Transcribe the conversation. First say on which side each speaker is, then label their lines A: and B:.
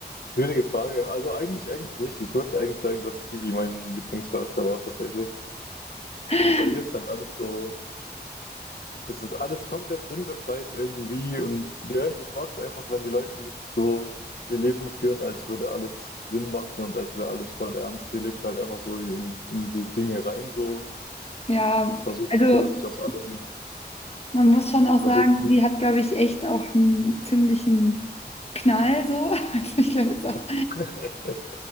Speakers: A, on the left; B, on the left.
A: schwierige Frage. Also eigentlich, eigentlich nicht. Ich würde eigentlich sagen, dass Phoebe mein Lieblingscharakter war tatsächlich.
B: <laughs>
A: Also bei ihr ist halt alles so, es ist alles komplett sinnbefreit irgendwie. Und ja, ich mag es einfach, wenn die Leute nicht so ihr Leben führen, als würde alles Sinn machen und als wäre alles voll ernst. Sie lebt halt einfach so in, in die Dinge rein so
B: Ja,
A: und versucht
B: also
A: gar nicht aus allem,
B: man muss schon auch
A: versucht.
B: sagen, sie hat, glaube ich, echt auch einen ziemlichen Knall so. <laughs> Also ich glaube jetzt auch,
A: <laughs>